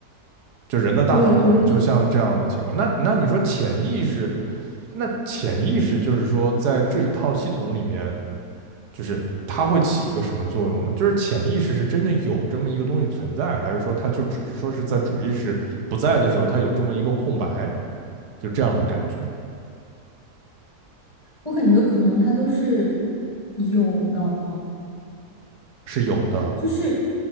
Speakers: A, on the right; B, on the left.
A: 就人的大脑可能就像这样的情况，
B: 对，我就
A: 那那你说潜意识，那潜意识就是说在这一套系统里面。就是它会起一个什么作用呢？就是潜意识是真的有这么一个东西存在，还是说它就只是说是在主意识不在的时候，它有这么一个空白，就这样的感觉
B: 我感觉可能他都是有的，
A: 是有的。
B: 就是，